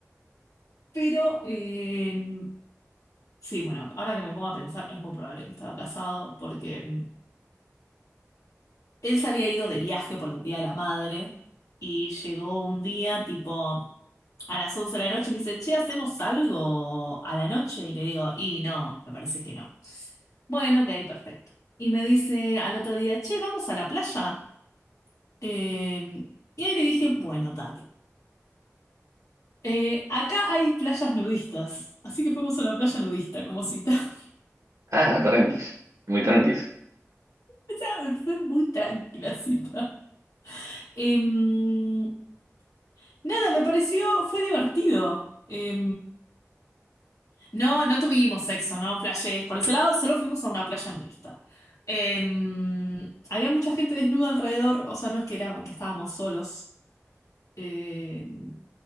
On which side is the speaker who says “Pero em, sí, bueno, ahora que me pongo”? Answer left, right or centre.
Left